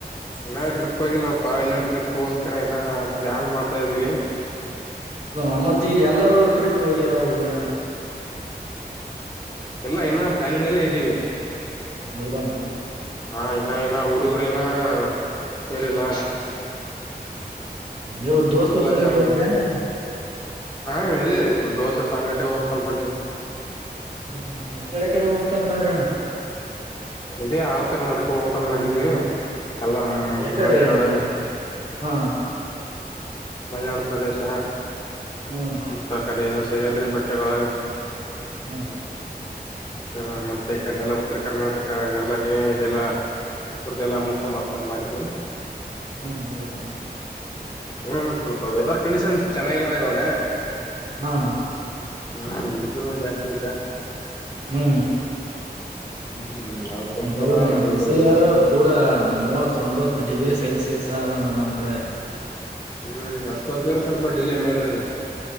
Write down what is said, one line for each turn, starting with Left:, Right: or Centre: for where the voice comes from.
Left: ಇನ್ನ ಟ್ರಿಪ್ ಆಗಿಲ್ಲಪ್ಪಾ ಇನ್ನ ಟ್ರಿಪ್ಗೋಸ್ಕರ ಇನ್ನ ಪ್ಲಾನ್ ಮಾಡ್ತಾ ಇದ ಇದೀವಿ
Right: ಹ ಮತ್ತೆ ಈಗ ಎಲ್ಲರೂ ಟ್ರಿಪ್ ಹೋಗ್ಯಾರ ಹೋಗ್ಯಾರ
Left: ಎಲ್ಲ ಏನ ಪ್ಲಾನಿಂಗ್ ಎಲ್ಲ ಇದ್ದೀವಿ
Right: ಅವ್ರದಾನ <unintelligible>
Left: ಹಾ ಇನ್ನ ಏನ್ನ ಉಡುಗ್ರೇನ ಸರಿಲ್ಲ
Right: ಹಾಾವ್ ದೋಸ್ತ ಸಂಗಟಟ್
Left: ಜಮ್
Right: ಹೋ್ತೀರಾ ನ
Left: ಹಾ ಇ ದೋಸರ ಸಂಗಟೆ ಂದ ಮಾಡವಿ
Right: ಹ್ಮ್ ಹ್ಮ್ ಯಕಡೆ ಎಕಡೆ ಹೋಗ್ಬೇಕಂತ ಮಾಡ್ರಣ
Left: ಅೇ ಆಳ್ ಕರ್ನಾಡಕ ಹೋಗಕನ್ ಮಾಡಿದ್ವಿ ಎಲ್ಲ
Right: ಯಕಡೆನ
Left: ಮಿಳನಾಡು
Right: ಹಾ
Left: ಮಲೆನಾಡು ಪ್ರದೇಶ
Right: ಹ್ಮ್
Left: ಮತ್ತ ಕಡೆ ಸಹ್ಯಾದ್ರಿ ಬಟ್ಟೆಗಳು
Right: ಹ್ಮ್
Left: ಹ ಮತ್ತೆ ಈ ಕಡೆ ಎಲ್ಲ ಉತ್ತರ ಕರ್ನಾಟಕ ಎಲ್ಲ ಏನೇ ಇದೆಲ್ಲ ಹೊರ್ದಲ್ಲ ಮೂಸ ವರ್ಕನ್ ಮಾಡಿದೀವಿ
Right: ಹ್ಮ್ ಅವ ತಾನ <unintelligible>
Left: ಹ್ಮ್ ಸ್ವಲ್ಪ ವೆದರ್ ಕಂಡೀಷನ್ ಚೆನ್ನಾಗಿಲ್ಲ ಇವಾಗ
Right: ಹ ಹ
Left: ಹ್ಮ <unintelligible> ದಿವಸಲ್ ಒಂದ್ ಜಾಸ್ತಿ ಆಯ್ತಾ
Right: ಹ್ಮ್
Left: ಹ್ಮ್ ಅದಕ್ಕೋಸ್ಕರ
Right: ಹದ ಹೌದಣ್ಣ
Left: ಸ್ವಲ್ಪ
Right: ಬಿಸಿಲ
Left: ಸ್ವಲ್ಪ
Right: ಪೂರಾ ಮೂವತ್ತೊಂಬತ್ ಡಿಗ್ರಿ ಸೆಲ್ಸಿಯಸ್ ಅದಾನ್ಣ ನಮ್ಮ್ ಕಡೆ
Left: ಹ್ಮ್ ಅತ್ತ್ ಬೇರ ಸ್ವಲ್ಪ ಡಿಲೇ ಮಾಡಿದಂಗ